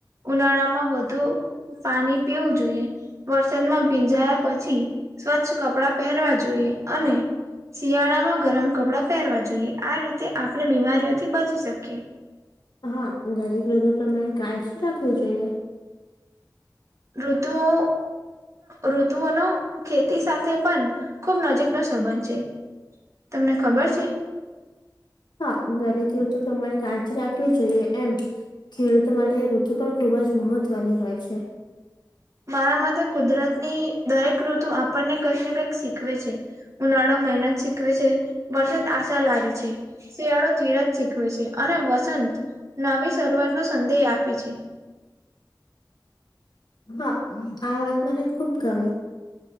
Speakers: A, on the right; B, on the left.
A: ઉનાળામાં વધુ પાણી પીવું જોઈએ વરસાદમાં ભીંજાયા પછી સ્વચ્છ કપડા પહેરવા જોઈએ અને શિયાળામાં ગરમ કપડા પહેરવા જોઈએ આ રીતે તે આપણે બીમારીઓથી બચી શકીએ
B: હા દરેક ઋતુ પ્રમાણે કાળજી રાખવી જોઈએ
A: ઋતુઓ ઋતુઓનો ખેતી સાથે પણ ખૂબ નજીકનો સંબંધ છે તમને ખબર છે
B: હા દરેક ઋતુ પ્રમાણે કાળજી રાખવી જોઈએ એમ ખેડૂતો માટે ઋતુ પણ ખુબ જ મહત્વની હોય છે
A: મારા મતે કુદરતની દરેક ઋતુ આપણને કંઈક ને કંઈક શીખવે છે ઉનાળો મહેનત શીખવે છે વરસાદ આશા લાવે છે શિયાળો ધીરજ શીખવે છે અને વસંત નવી શરૂઆતનો સંદેહ આપે છે
B: હા આ વાત મને ખુબ ગમી